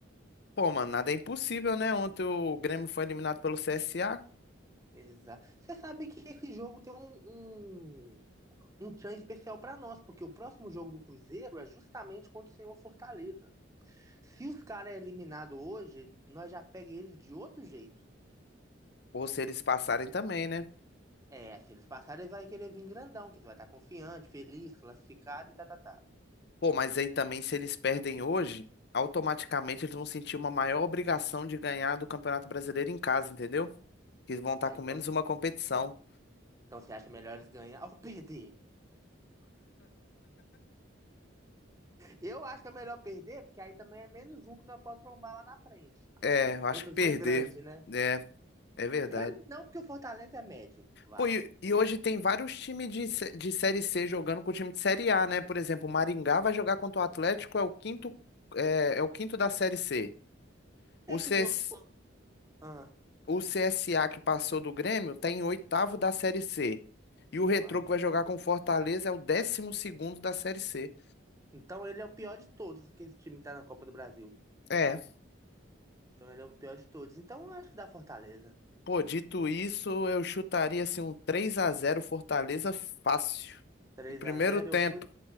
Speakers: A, on the left (about 55°); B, on the right (about 15°).
A: Pô, mano, nada é impossível, né? Ontem o Grêmio foi eliminado pelo CSA.
B: Exato. Você sabe que esse jogo tem um, um um tchan especial para nós, porque o próximo jogo do Cruzeiro é justamente contra o senhor Fortaleza. Se os caras é eliminado hoje, nós já pega eles de outro jeito.
A: Ou se eles passarem também, né?
B: É, se eles passarem, eles vai querer vir grandão, que eles vai estar confiante, feliz, classificado e tá, tá, tá.
A: Pô, mas aí também, se eles perdem hoje, automaticamente eles vão sentir uma maior obrigação de ganhar do Campeonato Brasileiro em casa, entendeu? Que eles vão estar
B: Mas
A: com
B: então,
A: menos uma competição.
B: então você acha melhor eles ganhar ou <laughs> perder? Eu acho que é melhor perder, porque aí também é menos um que nós podemos trombar lá na frente.
A: É, eu acho
B: Menos
A: que perder.
B: um grande, né?
A: É, é verdade.
B: Grande não, porque o Fortaleza é médio. Vá.
A: Pô, e, e hoje tem vários times de, sé- de Série C jogando com o time de Série A, né? Por exemplo, o Maringá vai jogar contra o Atlético, é o quinto, é, é o quinto da Série C. O,
B: Esse jogo
A: CS,
B: foi... Ah,
A: o CSA que passou do Grêmio tá em oitavo da Série C. E
B: mano,
A: o Retrô que vai jogar
B: que
A: com o Fortaleza é o décimo segundo da Série C.
B: Então ele é o pior de todos que esse time tá na Copa do Brasil.
A: É,
B: Então ele é o pior de todos. Então eu acho que dá Fortaleza.
A: pô, dito isso, eu chutaria assim um 3 a zero Fortaleza fácil.
B: Três
A: No primeiro
B: a zero,
A: tempo.
B: eu vou,